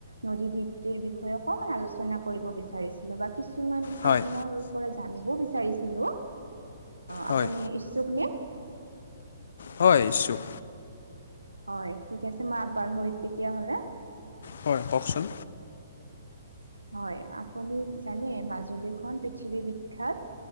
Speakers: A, on the right (about 85°); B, on the left (about 60°).
A: নদী-দ্বীপটিৰ বিষয়ে অকমান আলোচনা কৰিব বিচাৰিছিলো বা কিছ ছুমান
B: হয়
A: আপোনাৰ পৰা জানিব বিচাৰিছিলো। অ'আপুনি
B: হয়
A: ইচ্ছুক নে?
B: হয় ইচ্ছুক।
A: হয়, ঠিক আছে মই আগবাঢ়ো তেতিয়াহ'লে?
B: হয়, কওকচোন।
A: হয়, আপুনি জানে মাজুলীখন পৃথিৱী বিখ্যাত,